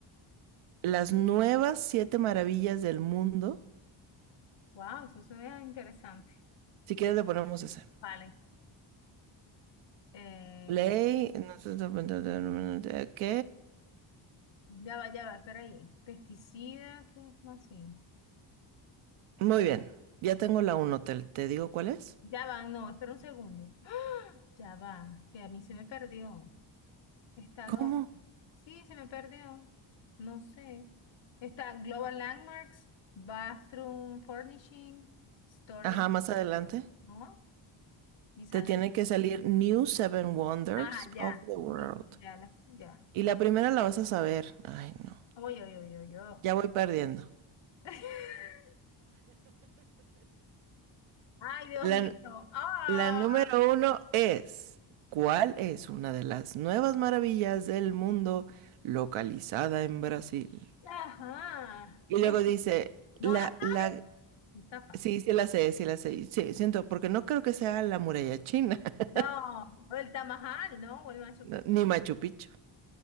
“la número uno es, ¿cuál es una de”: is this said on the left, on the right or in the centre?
Right